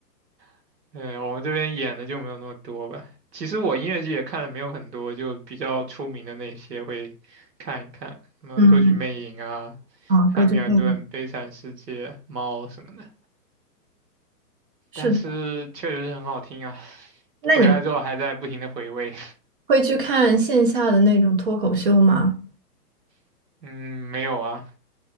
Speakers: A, on the right; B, on the right.
A: <laughs> 对，我们这边演的就没有那么多吧。其实我音乐剧也看的没有很多，就比较出名的那些会看一看，什么《歌剧魅影》啊、
B: 嗯，啊，
A: 《汉密尔顿》《悲惨世界》《猫》什么的。
B: 歌剧魅影是的。
A: 但是确实是很好听啊，
B: 那你
A: 回来之后还在不停的回味。
B: 会去看线下的那种脱口秀吗？
A: <laughs> 嗯，没有啊，